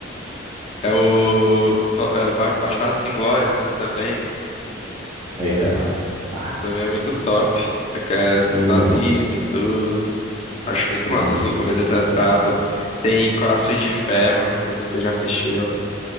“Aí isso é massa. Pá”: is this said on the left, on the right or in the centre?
Right